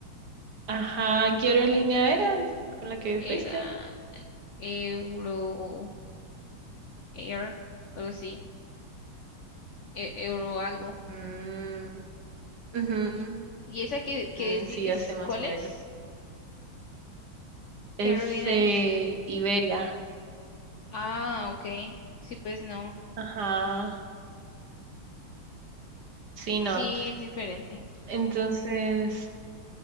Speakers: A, on the right; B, on the left.
A: ajá, qué aerolínea era con la que
B: Era
A: fuiste?
B: Euro Air, algo así, e- Euro algo.
A: Mm, ujú,
B: ¿Y esa que, que
A: mm,
B: decís
A: sí, hace más
B: cuál
A: o
B: es?
A: menos.
B: ¿Qué
A: Es
B: aerolínea
A: eh,
B: es?
A: Iberia.
B: Ah, ok, sí, pues no,
A: Ajá. Sí, no.
B: sí, es diferente.
A: Entonces,